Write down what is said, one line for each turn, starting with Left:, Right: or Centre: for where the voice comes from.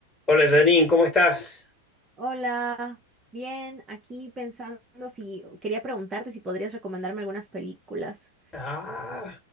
Left: Hola Janine, ¿cómo estás?
Right: Hola, bien, aquí pensando si quería preguntarte si podrías recomendarme algunas películas,
Left: Ah,